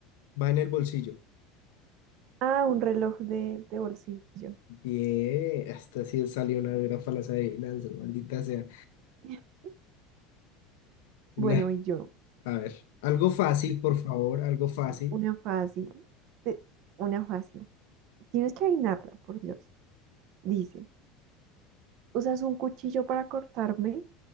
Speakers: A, on the left; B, on the right.
A: va en el bolsillo.
B: Ah, un reloj de, de bolsillo.
A: Bien, hasta si salió una dura para las adivinanzas, maldita sea.
B: <laughs> Bueno,
A: Nah,
B: y yo.
A: a ver, algo fácil, por favor, algo fácil.
B: Uy, Una fácil. Te- Una fácil. Tienes que adivinarla, por Dios. Dice, usas un cuchillo para cortarme.